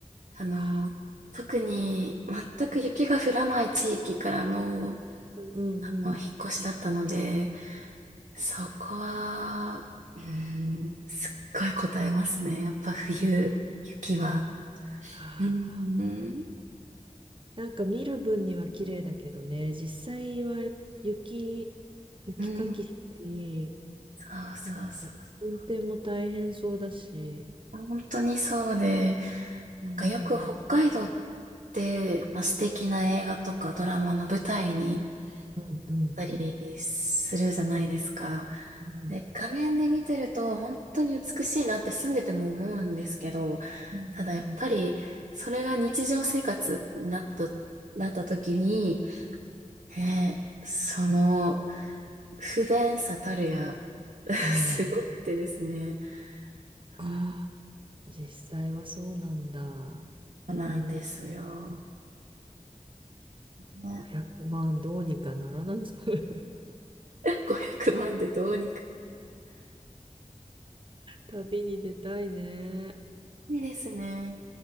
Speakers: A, on the right; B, on the right.
A: あの、
B: か。
A: 特に全く雪が降らない地域からの、
B: うんうん。
A: あの、引っ越しだったので、そこは、うん、すっごい答えますね。やっぱ冬、雪は。
B: か。
A: うん、
B: なんか見る分には綺麗だけどね、実際は雪、雪かきしたり、
A: うん。そうそうそう。
B: なんか運転も大変そうだし。
A: 本当にそうで、
B: うん、
A: なんかよく北海道っ
B: うん、
A: て、まあ、素敵な映画とかドラマの舞台に
B: うん。
A: たりするじゃないですか。
B: うん、
A: で、画面で見てると本当に美しいなって住んでても思うんですけど、
B: うん。う
A: ただやっぱりそれが日常生活になったと、
B: ん
A: なった時に、ね、その不便さたるや、<laughs>
B: うん
A: すごくてですね。
B: か
A: うん、
B: 実際はそうなんだ。
A: そうなんですよ。ね
B: 500万どうにかならないの <laughs>
A: 500万 <laughs> でどうにか。
B: 旅に出たいね。
A: いいですね。